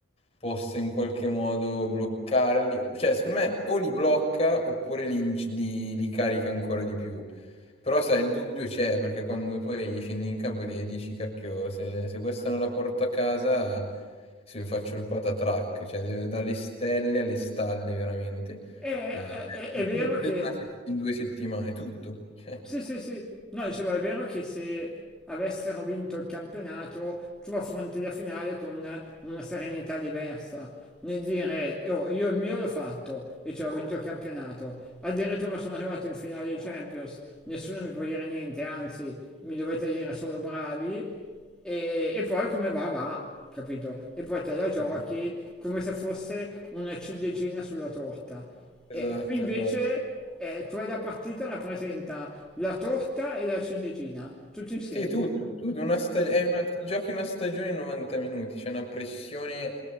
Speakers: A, on the left (about 30°); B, in the centre.
A: possa in qualche modo bloccarli, cioè secondo me o li blocca oppure li, inc- li- li carica ancora di più, però sai, il dubbio c'è perché quando poi scendi in campo e dici cacchio, se, se questa non la porto a casa se faccio il patatrack, cioè de- dalle stelle alle stalle veramente,
B: E, e-
A: eh,
B: e-
A: di
B: è vero
A: tutto
B: che
A: in, una se- in due settimane, tutto. <laughs>
B: Sì, sì, sì. No, dicevo, è vero che se avessero vinto il campionato, tu affronti la finale con una serenità diversa. Nel dire, "Oh, io il mio l'ho fatto e cioè ho vinto il campionato. Addirittura sono arrivato in finale di Champions, nessuno mi può dire niente, anzi, mi dovete dire solo bravi. E, e poi come va, va, capito? E poi te la
A: Cioè,
B: giochi
A: Esatto.
B: come se fosse una ciliegina sulla torta.
A: Esatto,
B: E qui invece
A: esatto.
B: eh, quella partita la presenta la torta e la ciliegina, tutto insieme,
A: Sì, tutto, tutto, una
B: tutto.
A: stag- è una- ti giochi una stagione in 90 minuti, c'è una pressione